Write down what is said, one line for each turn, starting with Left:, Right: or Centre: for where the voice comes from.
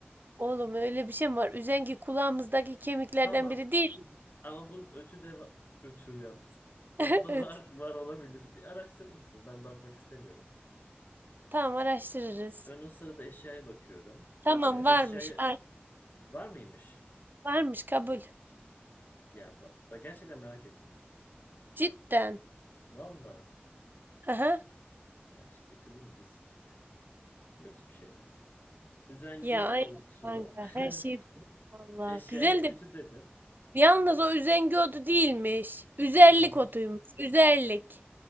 Right: oğlum öyle bir şey mi var? Üzengi kulağımızdaki kemiklerden
Left: Tamam.
Right: biri değil. mi?
Left: Ama bunun ötü de var. Ötü yalnız. Otu
Right: <laughs>
Left: da
Right: Evet.
Left: var, var olabilir. Bir araştırır mısınız? Ben bakmak istemiyorum.
Right: Tamam araştırırız.
Left: Ben o sırada eşyaya bakıyorum.
Right: Tamam
Left: Ee,
Right: varmış.
Left: eşyaya
Right: Var,
Left: Var mıymış?
Right: varmış kabul.
Left: Ya ba- ba- gerçekten merak ettim.
Right: Cidden.
Left: Valla
Right: Aha.
Left: ya işte kızım biz biliyoruz bir şeyler ya. Üzengi
Right: Ya aynen
Left: utu.
Right: kanka her şey
Left: <laughs>
Right: Vallahi
Left: Eşyaya
Right: güzel
Left: ütü
Right: de
Left: dedim.
Right: Yalnız o üzengi otu değilmiş. Üzerlik
Left: Neymiş?
Right: otuymuş. Üzerlik.